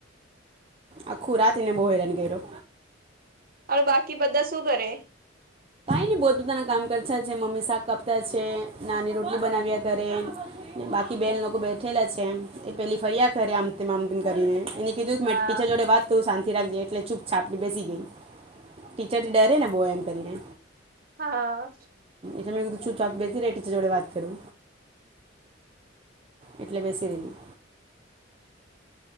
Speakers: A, on the right; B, on the right.
A: આખુ, રાત એને બોહેરાન કર્યો
B: હ, બાકી બધા શું કરે
A: ને પોતપોતાના કામ કરછા છે, મમ્મી શાક કાપતા છે. નાની રોટલી બનાવ્યા કરે બાકી બેન, લોકો બેઠેલા છે. એ પહેલી ફરિયાદ કરે આમતે આમ તેમમ કરીને એને કીધુ
B: હા
A: મે ટીચર જોડે વાત કરુ શા રાખે એટલે ચૂપ છાપડી બેસી ગઈ, ટીચર થી ડરે ને બો એમ કરીને
B: હા
A: ત એક દ છૂ, ચાક બેસી ટીચર જોડે વાત કરુ એટલે, બેસી રેલી